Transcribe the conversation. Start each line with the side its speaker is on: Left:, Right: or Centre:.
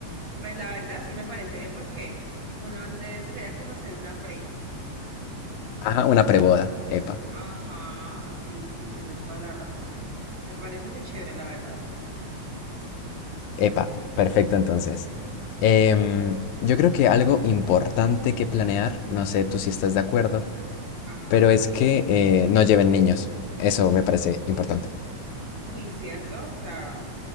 Right: Pues la verdad sí me parece bien porque uno antes sería como hacer una pre.
Left: Ajá, una preboda. Epa,
Right: Ajá, sí, sí, tienes toda la razón. Me parece muy chévere, la verdad.
Left: epa, perfecto entonces. Em, yo creo que algo importante que planear, no sé tú si estás de acuerdo
Right: Ajá.
Left: pero es que eh, no lleven niños. Eso me parece importante.
Right: Uy, cierto. O sea,